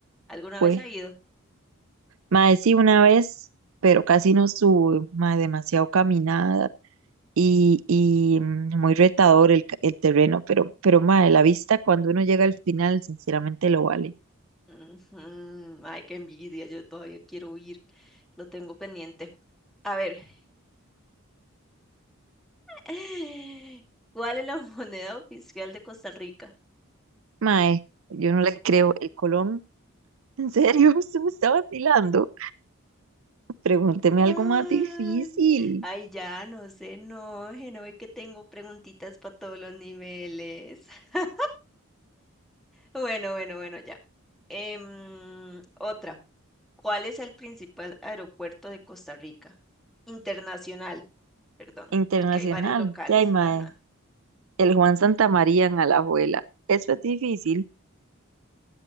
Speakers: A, in the centre; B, on the right.
A: ¿Alguna
B: Fue,
A: vez ha ido?
B: mae, sí, una vez, pero casi no sube, mae, demasiado caminada y, y mm, muy retador el, ca- el terreno, pero, pero, mae, la vista cuando uno llega al final, sinceramente lo vale.
A: Ujú, Ay, qué envidia, yo todavía quiero ir. Lo tengo pendiente. A ver, <gasps> <laughs> ¿cuál es la <laughs> moneda oficial de Costa Rica?
B: Mae, yo no le creo, el Colón, ¿en serio? <laughs> se me está vacilando? Pregúnteme
A: Ay,
B: algo más difícil,
A: ay, ya, no se enoje, no ve que tengo preguntitas para todos los niveles. <laughs> Bueno, bueno, bueno, ya. Em, otra. ¿Cuál es el principal aeropuerto de Costa Rica? Internacional, perdón,
B: internacional.
A: porque hay varios locales.
B: Ya, mae.
A: Ajá.
B: El Juan Santamaría en Alajuela. Eso es difícil.